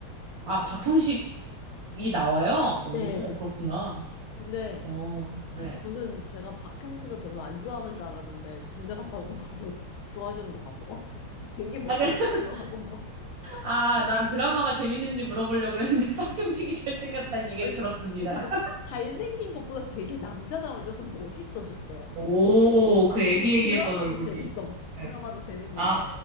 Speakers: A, on the right; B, on the left.
A: 아, 박형식이 나와요? 오,
B: 네.
A: 그렇구나.
B: 근데
A: 어, 네.
B: 저는 제가 박형식을 별로 안 좋아하는 줄 알았는데 군대 갔다 오고 나서 <laughs> 좋아지는 것 같더라고요. <laughs> 되게 멋있었더라고요.
A: 아, 그래. <laughs> 아, 난 드라마가 재밌는지 물어보려고 그랬는데 <laughs> 박형식이 잘생겼다는 얘기를
B: 아니,
A: 들었습니다.
B: 그- 그러니까 잘생긴 것보다 되게 남자다워져서 멋있어졌어요.
A: 오, 그
B: 아,
A: 애기애기했던
B: 그리고 드라마도
A: 얼굴이.
B: 재밌어.
A: 네.
B: 드라마도 재밌는데,
A: 아,